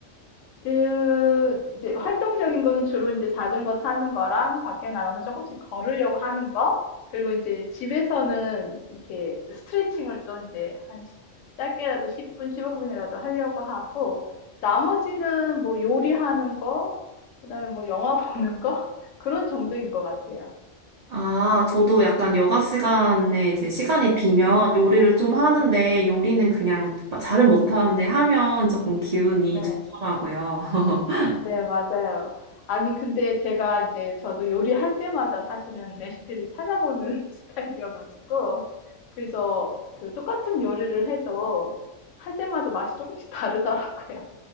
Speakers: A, on the left; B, on the right.
A: 그, 이제 활동적인 거는 주로 이제 자전거 타는 거랑 밖에 나가서 조금씩 걸으려고 하는 거, 그리고 이제 집에서는 이렇게 스트레칭을 또 이제 한 시- 짧게라도 10분, 15분이라도 하려고 하고, 나머지는 뭐 요리하는 거, 그다음에 뭐 영화 <laughs> 보는 거, 그런 정도인 것 같아요.
B: 아, 저도 약간 여가 시간에 이제 시간이 비면
A: 음,
B: 요리를 좀 하는데
A: 음.
B: 요리는 그냥 잘은 못하는데 하면 조금 기운이
A: 네.
B: 좋더라고요. <laughs>
A: 네, 맞아요. 아니, 근데 제가 이제 저도 요리할 때마다 사실은 레시피를 찾아보는 <laughs> 스타일이어가지고, 그래서 그 똑같은 요리를 해도 할 때마다 맛이 조금씩 다르더라고요.